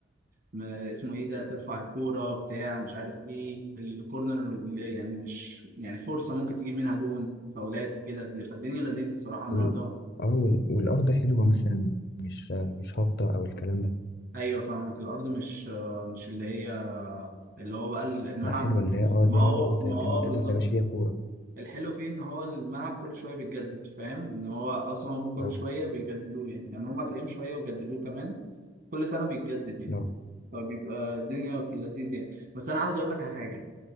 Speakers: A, on the right (about 50°); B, on the left (about 55°).
A: م- اسمه إيه ده ترفع الكورة بتاع مش عارف إيه الكورنر اللي يعني مش يعني فرصة ممكن تجيب منها جون فاولات كده فالدنيا لذيذة الصراحة الملعب
B: وال...
A: ده
B: اه وال... والارض حلوه مثلا مش مش هابطه او الكلام ده
A: ايوه فاهمك الارض مش مش اللي هي اللي هو بقى الملعب
B: لا حلوه اللي هي اه زي
A: ما هو
B: ما انت قلت
A: ما
B: تم...
A: هو اه
B: تقدر
A: بالظبط
B: تمشي فيها كوره
A: الحلو فيه ان هو الملعب كل شويه بيتجدد فاهم ان هو اصلا هم كل
B: اه
A: شويه بيجددوه يعني يعني هم هتلاقيهم شويه وجددوه كمان كل سنه بيتجدد يعني
B: لا اه
A: فبيبقى الدنيا في اللذيذ يعني بس انا عاوز اقول لك على حاجه